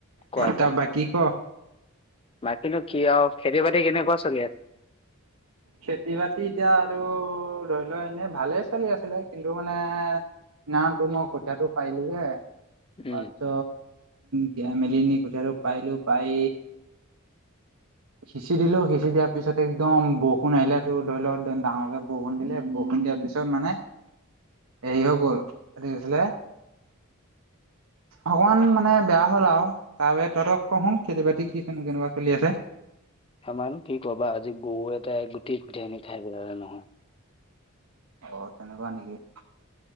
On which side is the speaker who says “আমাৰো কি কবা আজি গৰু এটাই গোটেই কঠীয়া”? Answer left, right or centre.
Left